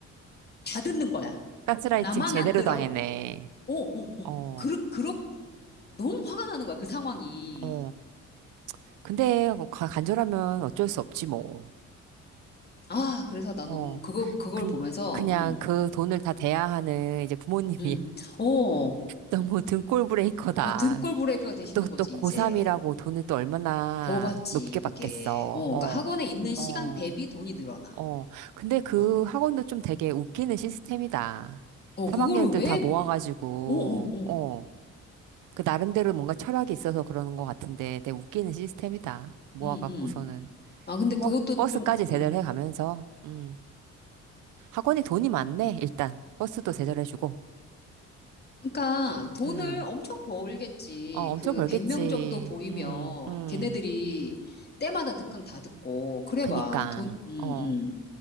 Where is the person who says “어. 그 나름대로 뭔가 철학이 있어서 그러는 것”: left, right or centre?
Right